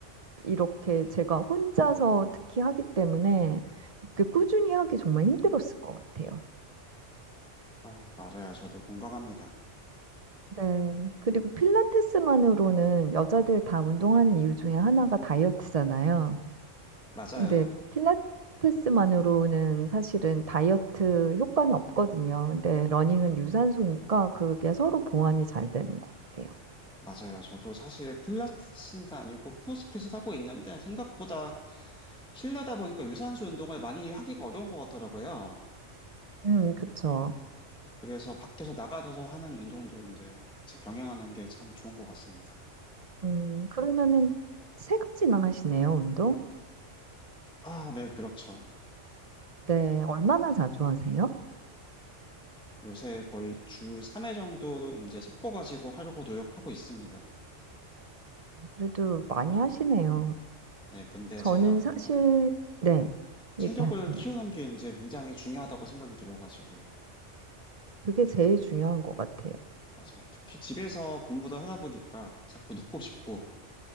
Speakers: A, on the right; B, in the centre.
A: 이렇게 제가 혼자서 특히 하기 때문에 그 꾸준히 하기 정말 힘들었을 것 같아요.
B: 아, 맞아요. 저도 공감합니다.
A: 네. 그리고 필라테스만으로는 여자들 다 운동하는 이유 중에 하나가 다이어트잖아요.
B: 맞아요.
A: 근데 필라테스만으로는 사실은 다이어트 효과는 없거든요. 근데 러닝은 유산소니까 그게 서로 보완이 잘 되는 것 같아요.
B: 맞아요. 저도 사실 필라테스는 아니고 크로스핏을 하고 있는데 생각보다 실내다 보니까 유산소 운동을 많이 하기가 어려운 것 같더라고요.
A: 음, 그쵸.
B: 그래서 밖에서 나가서 하는 운동도 이제 같이 병행하는 게 참 좋은 것 같습니다.
A: 음, 그러면은 세 가지나 하시네요, 운동?
B: 아, 네, 그렇죠.
A: 네, 얼마나 자주 하세요?
B: 요새 거의 주 3회 정도로 이제 섞어가지고 하려고 노력하고 있습니다.
A: 그래도 많이 하시네요.
B: 네, 근데
A: 저는
B: 제가,
A: 사실,
B: 맞아요.
A: 네,
B: 체력을
A: 얘기하세요.
B: 키우는 게 이제 굉장히 중요하다고 생각이 들어가지고요.
A: 그게
B: 특히,
A: 제일 중요한 것 같아요.
B: 맞아요. 특히 집에서 근무를 하다 보니까 자꾸 눕고 싶고,